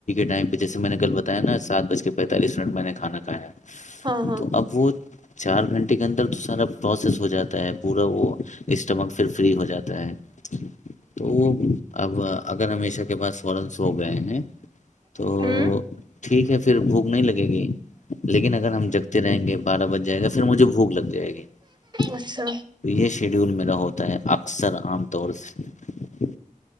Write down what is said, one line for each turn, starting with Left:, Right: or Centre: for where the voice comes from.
Left: <unintelligible>
Right: ہاں ہاں
Left: تو
Right: ہوں
Left: ٹھیک ہے پھر بھوک نہیں لگے گی لیکن اگر ہم جگتے رہیں گے بارہ بج جائے گا پھر مجھے بھوک لگ جائے گی تو
Right: اچھا
Left: یہ شیڈیول میرا ہوتا ہے اکثر عام طور سے